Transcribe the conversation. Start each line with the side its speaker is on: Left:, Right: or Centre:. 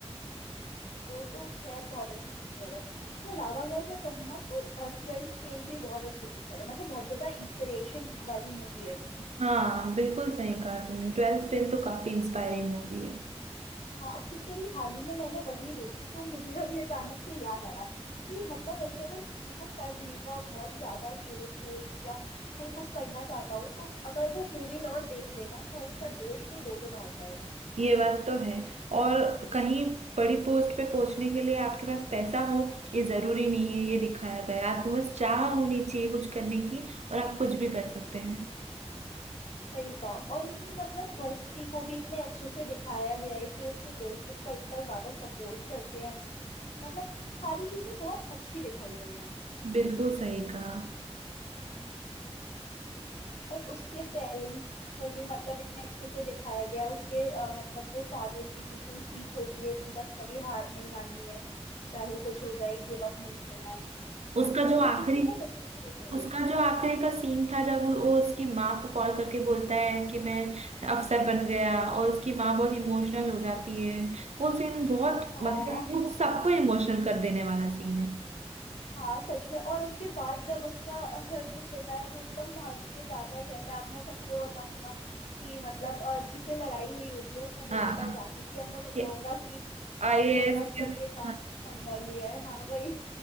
Left: वो तो खैर बहुत अच्छी पिक्चर है उसके अलावा अगर मैं कहूँ ना तो ट्वेल्थ फेल भी बहुत अच्छी पिक्चर है मतलब बहुत ज्यादा इंस्पिरेशन वाली मूवी है वो
Right: हाँ बिल्कुल सही कहा तुमने ट्वेल्थ फेल तो काफी इंस्पायरिंग मूवी है
Left: हाँ क्योंकि अभी हाल ही में मैंने वही देखी तो मुझे <laughs> अभी अचानक से याद आया कि मतलब ऐसे अगर किसी को पढ़ने का बहुत ज्यादा जोश हो या कोई कुछ करना चाहता हो तो अगर वो मूवी लौट देख लेना तो उसका जोश तो दोगुना हो जाएगा
Right: ये बात तो है और कहीं बड़ी पोस्ट पे पहुंचने के लिए आपके पास पैसा हो ये जरूरी नहीं है ये दिखाया गया है आपको बस चाह होनी चाहिए कुछ करने की और आप कुछ भी कर सकते हैं
Left: सही कहा और उसमें मतलब दोस्ती को भी इतने अच्छे से दिखाया गया है कि उसके दोस्त उसका इतना ज्यादा सपोर्ट करते हैं मतलब सारी चीजें बहुत अच्छी दिखाई गई हैं उसमें
Right: बिल्कुल सही कहा
Left: और उसके पेरेंट्स को भी मतलब इतने अच्छे से दिखाया गया है। उसके अ, मतलब जो फादर की दी हुई सीख होती है कि बस कभी हार नहीं माननी है चाहे कुछ हो जाए गिव अप नहीं करना है तो
Right: उसका जो
Left: ये सब
Right: आखिरी
Left: चीजें बहुत अच्छे से दिखाई
Right: उसका
Left: गई हैं
Right: जो आखिरी का सीन था जब वो, वो उसकी माँ को कॉल करके बोलता है कि मैं अफसर बन गया और उसकी माँ बहुत इमोशनल हो जाती है वो सीन बहुत
Left: हाँ
Right: मतलब वो सबको इमोशनल कर देने वाला सीन है
Left: हाँ सच में और उसके बाद जब उसका अ, जो पिता है वो एकदम भाग के जाता है कहता है अब मैं सबको बताऊंगा कि मतलब अ, जिससे लड़ाई हुई होती है उसको बोलता
Right: हाँ
Left: है जाके कि अब मैं बताऊंगा
Right: ये
Left: कि अ,
Right: आईएएस
Left: तूने अफसर
Right: के
Left: के बाप
Right: हाँ,
Left: से पंगा लिया है हाँ वही